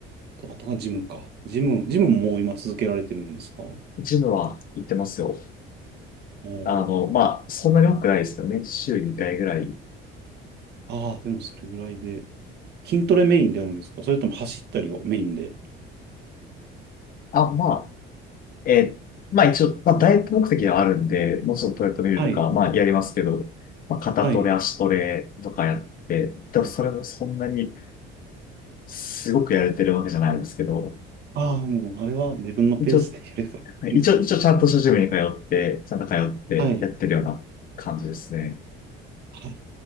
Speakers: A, on the right; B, on the left.
A: と、あとはジムか。ジム、ジムももう今続けられてるんですかお
B: ジムは行ってますよ。
A: お
B: あの、まあ、そんなに多くないですよね。週2回ぐらい
A: ー。ああ、でもそれぐらいで。筋トレメインであるんですかそれとも走ったりをメインで。
B: あ、まあ、えーまあ一応、まあダイエット目的はあるんで、もうちょっとトレッドミルとか、
A: はい。
B: まあやりますけど、まあ肩トレ、
A: はい。
B: 足トレとかやって、でもそれもそんなにすごくやれてるわけじゃないですけど、
A: ああ、もう、あれは自分のペースでやればいいんだと。
B: 一応、一応、一応ちゃんとしたジムに通って、ちゃんと通ってやってるような感じですね。
A: はい。はい。